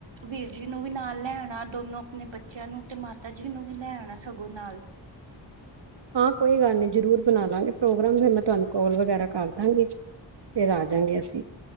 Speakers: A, on the right; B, on the right.
A: ਵੀਰ ਜੀ ਨੂੰ ਵੀ ਨਾਲ ਲੈ ਆਉਣਾ ਦੋਨੋ ਆਪਣੇ ਬੱਚਿਆਂ ਨੂੰ ਤੇ ਮਾਤਾ ਜੀ ਨੂੰ ਵੀ ਲੈ ਆਉਣਾ ਸਗੋਂ ਨਾਲ
B: ਹਾਂ ਕੋਈ ਗੱਲ ਨੀ ਜਰੂਰ ਬਣਾ ਲਾਂਗੇ ਪ੍ਰੋਗਰਾਮ ਫਿਰ ਮੈਂ ਤੁਹਾਨੂੰ ਕੋਲ ਵਗੈਰਾ ਕਰ ਦਾਂਗੀ ਫਿਰ ਆ ਜਾਂਗੇ ਅਸੀਂ